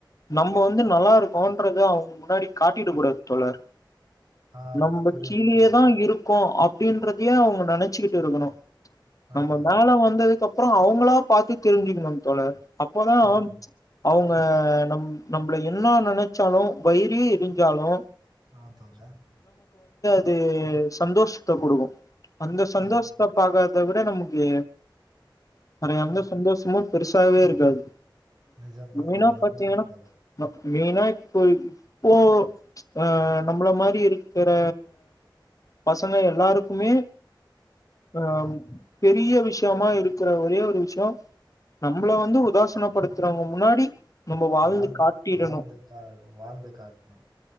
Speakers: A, on the left; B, on the right.
A: நம்ம வந்து நல்லா இருக்கோன்றது அவங்க முன்னாடி காட்டிட கூடாது தோழர்
B: ஆஹ்
A: நம்ப
B: புரியுது
A: கீழேயேதா
B: தோழர்
A: இருக் க்கு அப்டின்றதயு அவங்க நெனைச்சுக்கிட்டு இருக்கணு
B: ஆஹ்
A: நம்ம மேல வந்ததுக்கு அப் அப்றோ அவங்களா பாத்து தெரிஞ்சுக்கணும் தோழர் அப்போதா
B: புரியுது
A: அவுங் ஆஹ் நம் நம்பள என்ன நெனைச்சாலும் வயிரே எரிஞ்சாலும்,
B: ஆஹ் தோழர்
A: து சந்தோஷத்த குடுக்கும் அந்த சந்தோஷ்
B: கரெக்ட்
A: அத விட நமக்கு <unintelligible>
B: ம்
A: பெருசாகவே இருக்காது
B: நிஜம்தான்
A: மெயினா
B: தோழர் உண்மைதான்
A: பாத்தீங்கன்னா
B: தோழர்
A: மெயினா இப்போ இப்போ ஆஹ் நம்மள மாரி இருக்கிற பசங்க எல்லாருக்குமே ஆஹ்
B: ஆமாம் தோழர்
A: பெரிய விஷ விஷயமா இருக்கிற ஒரே ஒரு விஷயம் நம்மளை வந்து உதாசனப்படுத்துறவங்க முன்னாடி நம்ம
B: வாழ்ந்து
A: காட்டிடணு
B: வாழ்ந்து கா வாழ்ந்து காட்டணும்